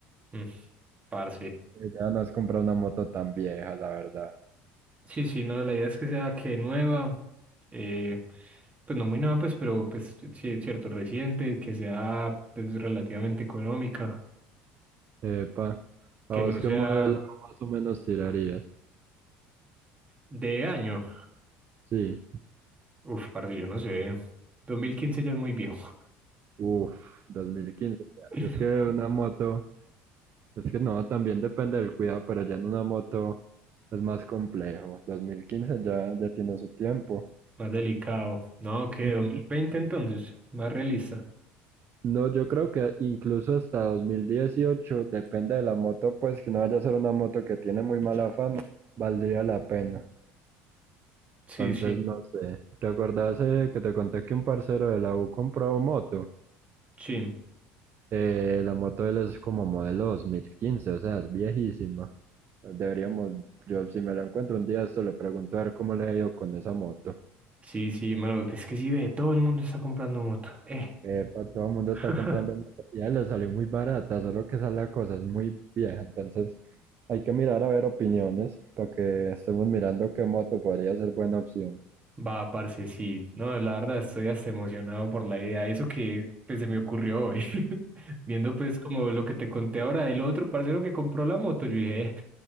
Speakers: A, on the right; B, on the right.
A: Mm, parce.
B: Ya no has comprado una moto tan vieja, la verdad.
A: Sí, sí, no, la idea es que sea que nueva, eh, pues no muy nueva, pues, pero pues sí, cierto, reciente, que sea pues relativamente económica,
B: Epa, ¿a
A: que
B: vos
A: no
B: qué
A: sea
B: modelo más o menos tirarías?
A: de año.
B: Sí,
A: Uf, parce, yo no sé. dos mil quince ya es muy viejo,
B: uff, 2015. ya.
A: <laughs>
B: Es que una moto, es que no, también depende del cuidado, pero ya en una moto es más complejo. dos mil quince ya, ya tiene su tiempo.
A: más delicado. No, que
B: Ujú.
A: dos mil veinte entonces, más realista.
B: No, yo creo que incluso hasta 2018, depende de la moto, pues que no vaya a ser una moto que tiene muy mala fama, valdría la pena.
A: Sí,
B: Entonces,
A: sí,
B: no sé. ¿Te acordás eh, que te conté que un parcero de la U compró moto?
A: sí,
B: Eh, la moto de él es como modelo 2015, o sea, es viejísima. Deberíamos, yo si me la encuentro un día, esto le pregunto a ver cómo le ha ido con esa moto.
A: sí, sí, mano, es que sí ve, todo el mundo está comprando moto. Eh.
B: Epa, todo el mundo está
A: <laughs>
B: comprando moto, ya le salió muy barata, solo que esa es la cosa, es muy vieja, entonces hay que mirar a ver opiniones para que estemos mirando qué moto podría ser buena opción.
A: Va, parce, sí. No, la verdad estoy hasta emocionado por la idea. Eso que pues, se me ocurrió hoy. <laughs> Viendo pues como lo que te conté ahora del otro parcero que compró la moto, yo dije, "Eh,